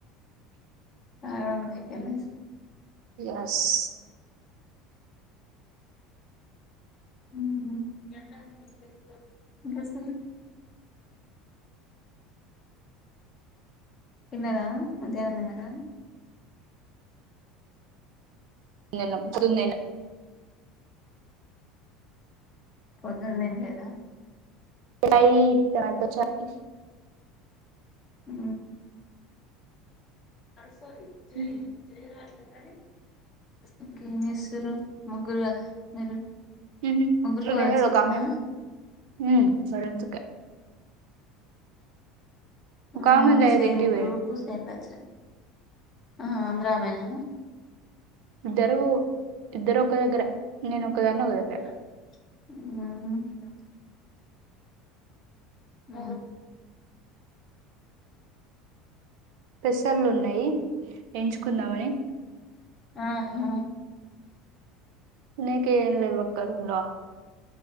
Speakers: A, on the left; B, on the right.
A: కారం అయిపోయింది
B: ఎస్
A: ఉఉ గట్లనిపిస్తే ఇంకస్త తిన్నరా మధ్యాహ్నం తిన్నర
B: నిన్న పూదిన వడ్నా
A: పొద్దున వండ్లేదా
B: చయ్ టాట చాయ్
A: అ స
B: చారు
A: జయ్ జయలా ఇంకేం చేస్తురు ముగ్గురు కదా మీరు
B: ఉహూ
A: ముగ్గురు
B: ఇడ
A: ఫోరెన్సిక్స్
B: ఒకమే
A: ఏనా
B: ఉమ్ చలెంచుక ఒక
A: ఆ
B: ఆమె లేదు
A: సేమ్
B: ఇంటికి పోయింది.
A: గ్రూపు సేమ్ బ్యాచ్చా ఆ ఆంధ్రామేనా
B: ఇద్దరూ ఇద్దరు ఒక దగ్గర, నేను ఒకదాన్ని
A: ఊ
B: ఒక దగ్గర
A: ఊ
B: పెస్ ఉన్నాయి ఎంచు కుందామని
A: ఆహా
B: తినేకి ఏం లేవక్క రూమ్లో